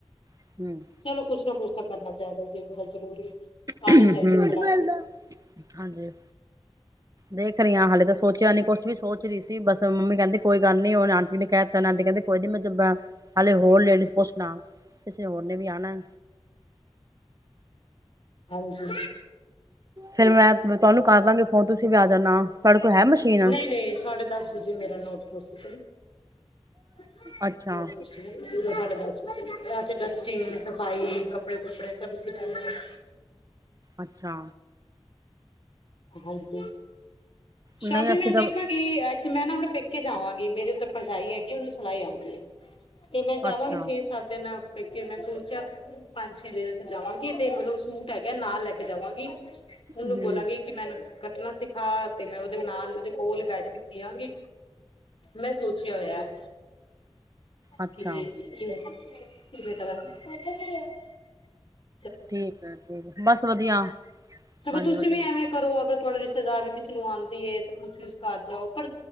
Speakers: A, on the right; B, on the left.
A: ਹੂੰ
B: ਚਲੋ ਕੁਛ ਨਾ ਕੁਛ ਤਾਂ ਤੇ ਕਰਨਾ ਚਾਹੀਦਾ। ਜੇ ਬੜਾ ਜ਼ਰੂਰੀ
A: ਹ
B: ਆਣੀ ਚਾਹੀਦੀ
A: ਮ
B: ਸਿਲਾਈ ਦੀ
A: ਹਾਂਜੀ। ਦੇਖ ਰਹੀ ਆਂ ਹੱਲੇ ਤੇ ਸੋਚਿਆ ਨਹੀਂ ਕੁਛ ਵੀ ਸੋਚ ਰਹੀ ਸੀ ਬਸ ਮੰਮੀ ਕਹਿੰਦੀ ਕੋਈ ਗੱਲ ਨਹੀਂ ਹੁਣ ਆਂਟੀ ਨੇ ਕਹ ਤਾ ਨ ਆਂਟੀ ਕਹਿੰਦੀ ਕੋਈ ਨੀ ਨਹੀਂ ਮੈਂ <unintelligible> ਹਾਲੇ ਹੋਰ ਲੇਡੀਜ਼ ਪੁੱਛਣਾ ਕਿਸੇ ਹੋਰ ਨੇ ਵੀ ਆਉਣਾ।
B: ਹਾਂਜੀ।
A: ਫੇਿਰ ਮੈਂ ਮੈਂ ਤੁਹਾਨੂੰ ਕਰ ਦਵਾਂਗੀ ਫੋਨ ਤੁਸੀਂ ਵੀ ਆ ਜਾਣਾ ਤੁਹਾਡੇ ਕੋਲ ਹੈ ਮਸ਼ੀਨ
B: ਨਹੀਂ ਨਹੀਂ ਸਾਢੇ ਦਸ ਵਜੇ ਮੇਰਾ ਨੋਟ ਪੋਸੀਬਲ ਨੋਟ
A: ਅੱਛਾ
B: ਪੋਸੀਬਲ ਪੁਰਾ ਸਾਢੇ ਦਸ ਵਜੇ। ਡਾ ਸੇ ਡਸਟਿੰਗ ਸਫ਼ਾਈ ਕਪੜੇ ਕੁੱਪੜੇ ਸਭ ਸਿੱਖਣਗੇ।
A: ਅੱਛਾ।
B: ਹਾਂਜੀ। ਸ਼ਾਮੀ
A: ਨਹੀਂ ਅਸੀਂ
B: ਮੈਂ
A: ਤਾਂ
B: ਦੇਖਾਂਗੀ ਮੈਂ ਨਾ ਆਪਣੇ ਪੇਕੇ ਜਾਵਾਂਗੀ ਮੇਰੀ ਉੱਥੇ ਭਰਜਾਈ ਹੈਗੀ ਉਹਨੂੰ ਸਿਲਾਈ ਆਉਂਦੀ ਹੈ। ਤੇ ਮੈਂ ਜਾਵਾਂਗੀ
A: ਅੱਛਾ
B: ਛੇ ਸੱਤ ਦਿਨਾਂ ਪੇਕੇ ਮੈਂ ਸੋਚਿਆ ਪੰਜ ਛੇ ਦਿਨ ਵਾਸਤੇ ਜਾਵਾਂਗੀ ਤੇ ਮਤਲਬ ਸੂਟ ਹੈਗਾ ਨਾਲ ਲੈ ਕੇ ਜਾਵਾਂਗੀ। ਉਹਨੂੰ
A: ਹਮ
B: ਬੋਲਾਂਗੀ। ਕੱਟਣਾ ਸਿਖਾ ਤੇ ਮੈਂ ਉਹਦੇ ਨਾਲ ਉਹਦੇ ਕੋਲ ਬੈਠ ਕੇ ਸਿਆਂਗੀ ਮੈਂ ਸੋਚਿਆ ਹੋਇਆ।
A: ਅੱਛਾ
B: ਕਿ-ਕਿ। <inaudible>
A: ਠੀਕ-ਠੀਕ ਬਸ ਵਧੀਆ। ਹਾਂਜੀ
B: ਸਗੋ ਤੁਸੀਂ
A: ਵਧੀਆ
B: ਵੀ ਐਵੇਂ ਕਰੋ ਅਗਰ ਤੁਹਾਡੇ ਰਿਸ਼ਤੇਦਾਰ ਵੀ ਕਿਸੇ ਨੂੰ ਆਉਂਦੀ ਏ ਤੇ ਤੁਸੀਂ ਉਸ ਘਰ ਜਾਓ ਪਰ